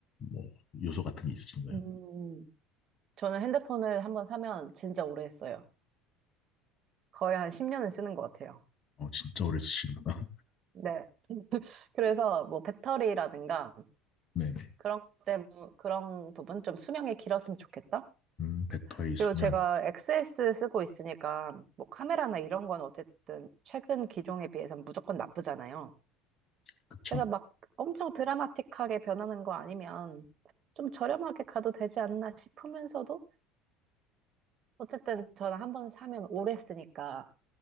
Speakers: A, on the left; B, on the right.
A: 뭐 요소 같은 게 있으신가요?
B: 음, 저는 핸드폰을 한번 사면 진짜 오래 했어요. 거의 한 10년은 쓰는 것 같아요.
A: 어, 진짜 오래 쓰시는구나.
B: 네. <laughs> 그래서 뭐 배터리라든가
A: <laughs> 네네.
B: 그런 때, 뭐 그런 부분 좀 수명이 길었으면 좋겠다.
A: 음, 배터리 수명.
B: 그리고 제가 XS 쓰고 있으니까 뭐 카메라나 이런 건 어쨌든 최근 기종에 비해서는 무조건 나쁘잖아요.
A: 그쵸.
B: 그래서 막 엄청 드라마틱하게 변하는 거 아니면 좀 저렴하게 가도 되지 않나 싶으면서도 어쨌든 저는 한 번 사면 오래 쓰니까